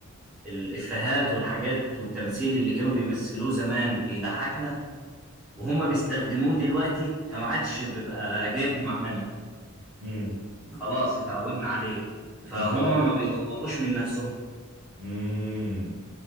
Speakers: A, in the centre; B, on the right.
A: الافيهات والحاجات والتمثيل اللي كانوا بيمثلوه زمان بيضحكنا وهم بيستخدموه دلوقتي فما عادش بيبقى جايب معانا
B: امم
A: خلاص اتعودنا عليه فهم
B: انت قصدك
A: ما بيطوروش من نفسهم
B: امم